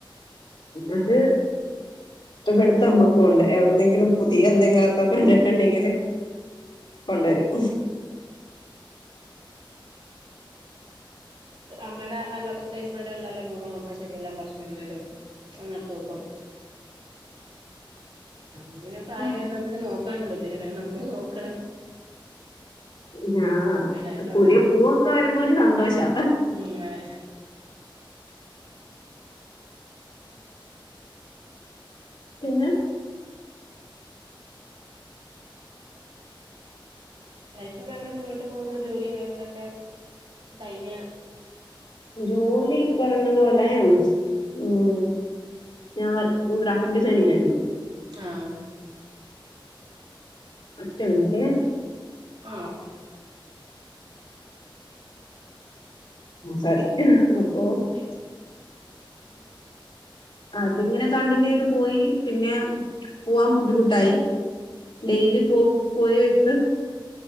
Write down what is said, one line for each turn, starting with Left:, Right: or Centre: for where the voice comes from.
Left: അത് ഇവിടുത്തെ അമ്മക്കുണ്ട് എവിട്ന്നെങ്കിലും പുതിയ എന്തെങ്കിലും ഒക്കെ കണ്ടിട്ടുണ്ടെങ്കിൽല് കൊണ്ടുവരും
Right: അമ്മയുടെ അൽപക്കത്തിലലേസ്മാരെല്ലല്ലാം അമ്മ ചെടിയെല്ലാം പറിച്ചൊണ്ടു വരും എന്നിട്ട് വക്കും അങ്ങനെ പ്രായംലലോലന്നോക്കാന്നും
Left: ഉം
Right: പറ്റൂല്ല പ നമ്മള് നോക്കണം
Left: ഞാ
Right: പിള്ളേരെ
Left: പുതിയ പൂവൊക്കെ വരുമ്പോ ഒരു സന്തോഷാ
Right: ഉം ങ്ങനെ
Left: പിന്നെ
Right: ലൈഫ് ഒക്കെ എങ്ങനെ മുന്നോട്ട് പോകുന്നു ജോലിയും കാര്യങ്ങളൊക്കെ കഴ്ഞ്ഞ
Left: ജോലി പറഞ്ഞതു പോലെ ഉം ഞാൻ ഗ്രാഫിക് ഡിസൈനിങ്ങ് ആയിരുന്നു
Right: ആഹ്
Left: ഒറ്റ മിൻറ്റേ
Right: ആഹ് ഓക്കെ
Left: സോറി ഉം അപ്പോ
Right: <unintelligible> ഓക്കെ
Left: അതിങ്ങനെ കണ്ടിന്യൂയ്ത് പോയി പിന്നെ പോവാൻ ബുദ്ധിമുട്ടായി ഡെയിലി പോ പോയി വര്ത്ത്